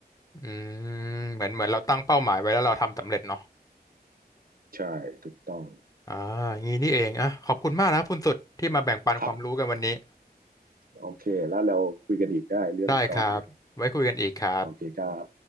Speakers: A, on the left; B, on the right.
A: อืมเหมือนเหมือนเราตั้งเป้าหมายไว้แล้วเราทำสำเร็จเนาะ
B: ใช่ถูกต้อง
A: อ่างี้นี่เองอ่ะขอบคุณมากนะคุณสุดที่มาแบ่งปันความรู้กันวันนี้
B: ครับโอเคแล้วเราคุยกันอีกได้เรื่องกอล์ฟเนี่ย
A: ได้ครับ ไว้คุยกันอีกครับ
B: โอเคครับ